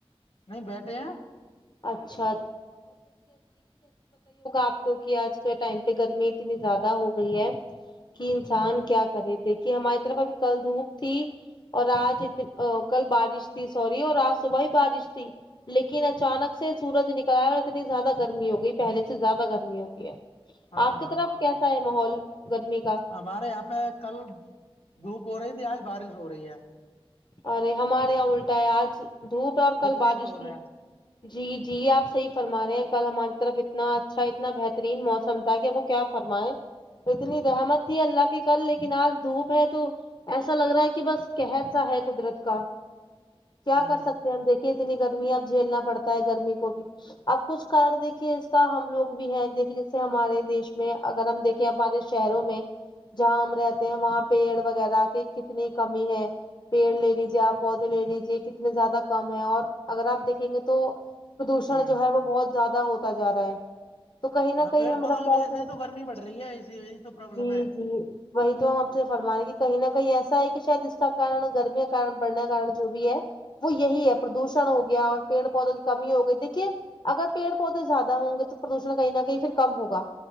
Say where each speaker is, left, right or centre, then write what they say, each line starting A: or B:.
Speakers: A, on the left; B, on the left.
A: نہیں بیٹھے ہیں
B: اچھا اپ کو کہ اج کا ٹائم پہ گھر میں اتنی زیادہ ہو گئی ہے کی انسان کیا کرے دیکھیے ہماری طرف ابھی کل دھوپ تھی اور آج کل بارش تھی سوری اور آج صبح ہی بارش تھی لیکن اچانک سے سورج نکل ایا اور اتنی زیادہ گرمی ہو گئی پہلے سے زیادہ گرمی ہوگئی ہے
A: ہاں
B: آپ کی
A: ہاں
B: طرف
A: ہاں
B: کیسا ہے ماحول گرمی کا
A: ہمارے یہاں پہ کل دھوپ ہو رہی تھی آج بارش ہو رہی ہے
B: ارے ہمارے یہاں الٹا ہے آج دھوپ ہے اور کل
A: وپریت
B: بارش
A: ہو
B: تھی
A: رہا ہے
B: جی جی آپ صحیح فرما رہے ہیں کل ہماری طرف اتنا اچھا اتنا بہترین موسم تھا کہ وہ کیا فرمائے اتنی رحمت تھی اللہ کی کل لیکن آج دھوپ ہے تو ایسا لگ رہا ہے کہ بس کہر سا ہے قدرت کا کیا
A: ہوں
B: کر سکتے ہیں ہم دیکھ کہ اتنی گرمی ہے اب جھیلنا پڑتا ہے گرمی کو بھی اب کچھ کار دیکھیے اس کا ہم لوگ بھی ہیں دیکھیے جیسے ہمارے دیش میں اگر ہم دیک کہ ہمارے شہروں میں جہاں ہم رہتے ہیں وہاں پیڑ وغیرہ کی کتنی کمی ہے پیڑ لے لیجیے آپ پودے لے لیجیے کتنے زیادہ کم ہے اور اگر آپ دیکھیں گے تو پردوشن
A: ہوں
B: جو ہے وہ بہت زیادہ ہوتا جا رہا ہے تو کہیں نہ
A: ہاں
B: کہیں
A: پیڑ
B: ہمارا
A: پودوں
B: فش
A: کی وجہ
B: ہے
A: سے ہی تو گرمی بڑھ رہی ہے اسی یہی تو پرابلم
B: جی
A: ہے
B: جی وہی تو ہم آپ سے فرما رہے کہ کہیں نہ کہیں ایسا ہے کہ شاید اس کا کن گرمیں کا بڑنے کا کارن جو بھی ہے وہ یہی ہے پردوشن ہو گیا اور پیڑ پودوں کی کمی ہو گئی دیکھیے اگر پیڑ پودے زیادہ ہوں گے تو پردوشن کہیں نہ کہیں پھر کم ہوگا